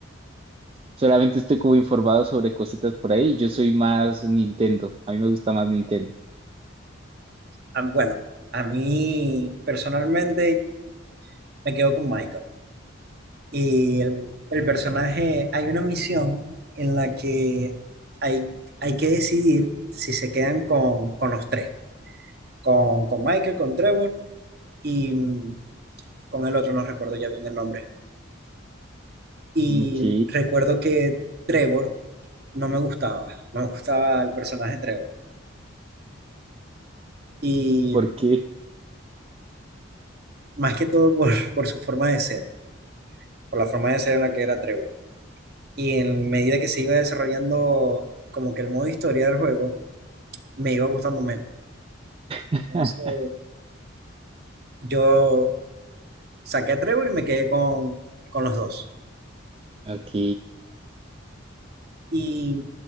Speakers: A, on the right; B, on the right.
A: Solamente estoy como informado sobre cositas por ahí. Yo soy más Nintendo. A mí me gusta más Nintendo.
B: a- bueno, a mí personalmente me quedo con Michael. Y el, el personaje, hay una misión en la que hay, hay que decidir si se quedan con, con los tres, con, con Michael, con Trevor y mm, con el otro, no recuerdo ya bien el nombre. Y
A: Ok,
B: recuerdo que Trevor no me gustaba, no me gustaba el personaje Trevor. Y
A: ¿por qué?
B: más que todo por, por su forma de ser, por la forma de ser en la que era Trevor. y en medida que se iba desarrollando como que el modo historia del juego, me iba gustando menos.
A: <laughs>
B: Entonces, yo saqué a Trevor y me quedé con, con los dos.
A: Ok,
B: Y